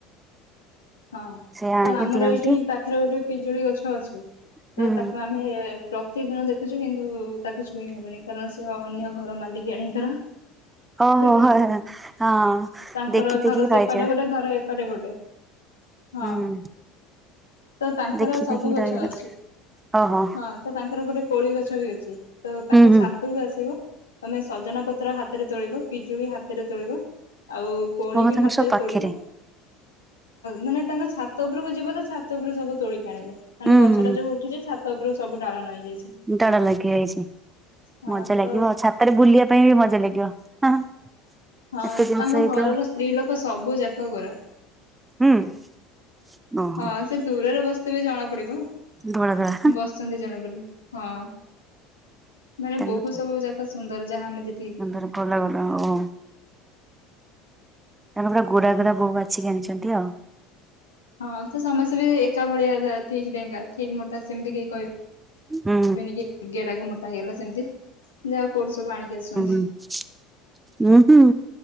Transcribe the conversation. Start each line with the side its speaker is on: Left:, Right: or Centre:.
Left: ହଁ
Right: ସେ ଆଣିକି
Left: ତ ଆମର
Right: ଦିଅନ୍ତି
Left: ଏଇଠି ପାଖରେ ଗୋଟେ ପିଜୁଳି ଗଛ ଅଛି
Right: ହୁଁ
Left: ତ ତାକୁ ଆମେ ପ୍ରତିଦିନ ଦେଖୁଛୁ କିନ୍ତୁ ତାକୁ ଛୁଇଁ ହେବନି କାରଣ ସେ ଅନ୍ୟ ଘର ମାଲିକାଣୀଙ୍କର
Right: ଓହୋ
Left: ସେଥିପାଇଁ
Right: ହ ହଁ
Left: ତାଙ୍କର
Right: ଦେଖି ଦେଖିକି
Left: ଘର ସେପଟେ
Right: ରହିଯା
Left: ଗୋଟେ ଘର ଏପଟେ ଗୋଟେ। ହଁ
Right: ହୁଁ ହୁଁ।
Left: ତ ତାଙ୍କର
Right: ଦେଖି
Left: ସବୁ
Right: ଦେଖିକି
Left: ଗଛ
Right: ରହିବା
Left: ଅଛି।
Right: କଥା। ଓହୋ
Left: ହଁ ତ ତାଙ୍କର ଗୋଟେ କୋଳି ଗଛ ବି ଅଛି ତ ତାଙ୍କ
Right: ହୁଁ ହୁଁ
Left: ଛାତ କୁ ଆସିବୁ ତମେ ସଜନା ପତ୍ର ହାତରେ ତୋଳିବୁ, ପିଜୁଳି ହାତରେ ତୋଳିବୁ ଆଉ କୋଳି
Right: ମୋ କଥା
Left: ବି
Right: ତାଙ୍କର
Left: ହାତରେ
Right: ସବୁ ପାଖରେ
Left: ତୋଳିବୁ। ମାନେ ତାଙ୍କ ଛାତ ଉପରକୁ ଯିବ ତ ଛାତ ଉପରୁ ସବୁ ତୋଳିକି ଆଣିବୁ, ମାନେ
Right: ହୁଁ
Left: ଗଛଟା
Right: ହୁଁ
Left: ଯୋଉ ଉଠିଛି ଛା ତରୁ ସବୁଡାଳ ନଇଁ ଯାଇଛି।
Right: ଡାଳ ଲାଗିଯାଇଛି,
Left: ହଁ
Right: ମଜା
Left: ତ
Right: ଲାଗିବ, ଛାତରେ ବୁଲିବା ପାଇଁ ବି ମଜା ଲାଗିବ। ହଁ
Left: ହଁ
Right: ଏତେ ଜିନିଷ
Left: ତାଙ୍କ
Right: ହେଇଥିବ
Left: ଘରର ସ୍ତ୍ରୀ ଲୋକ ସବୁ ଯାକ ଗୋରା।
Right: ହୁଁ। <inaudible>
Left: ହଁ ସେ ଦୂରରେ ବସିଥିବେ ଜଣା ପଡିବ।
Right: ଧଳା ଧଳା
Left: ବସିଚନ୍ତି ଜଣେ ବୋଲି, ହଁ ମାନେ
Right: ତାଙ୍କ
Left: ବୋହୁ ସବୁ ଯା ସୁନ୍ଦର ଯାହା ଆମେ ଯେ
Right: ସୁନ୍ଦର ଗଲା ଗଲା ଓହୋ ତାଙ୍କର ପୁରା ଗୋରା ଗୋରା ବହୁ ବାଛିିକି ଆଣିଛନ୍ତି ଆଉ।
Left: ହଁ ତ ସମସ୍ତେ ବି ଏକା ଭଳିଆ ଠିକ ଡେଙ୍ଗା, ଠିକ ମୋଟା ସେମିତି କେହି କହିବେ
Right: ହୁଁ
Left: ନିକି ଗେଡାକୁ ମୋଟା ହେଇଗଲା ସେମିତି ଯାହା ହଉ କୋଉଠୁ ସବୁ ଆଣିକି ଆସିଛନ୍ତି।
Right: ହୁଁ ହୁଁ ହୁଁ ହୁଁ,